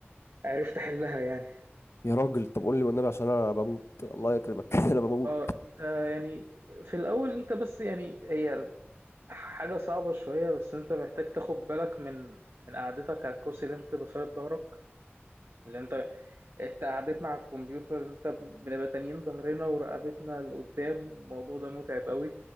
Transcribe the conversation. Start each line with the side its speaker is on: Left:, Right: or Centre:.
Right: عرفت احلها يعني
Left: يا راجل طب قول لي والنبي عشان انا بموت الله يكرمك <laughs> انا بموت
Right: اه انت يعني في الاول انت بس يعني هي حاجة صعبة شوية بس انت محتاج تاخد بالك من من قعدتك على الكرسي اللي انت تبقى فيها ظهرك اللي انت انت قعدتنا على الكمبيوتر انت بنبقى تانيين ظهرنا ورقبتنا لقدام الموضوع ده متعب قوي